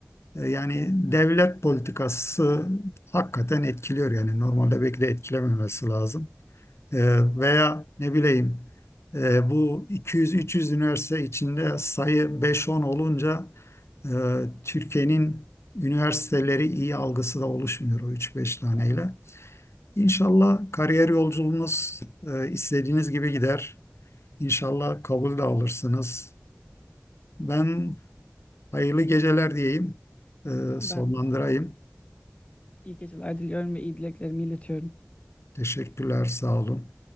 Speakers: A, on the left; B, on the left.
A: e, yani devlet politikası hakikaten etkiliyor yani. Normalde belki de etkilememesi lazım. Ee, veya ne bileyim e, bu 200-300 üniversite içinde sayı 5-10 olunca e, Türkiye'nin üniversiteleri iyi algısı da oluşmuyor o 3-5 taneyle. İnşallah kariyer yolculuğunuz e, istediğiniz gibi gider. İnşallah kabul de alırsınız. Ben hayırlı geceler diyeyim, e, sonlandırayım.
B: Ben iyi geceler diliyorum ve iyi dileklerimi iletiyorum.
A: Teşekkürler, sağ olun.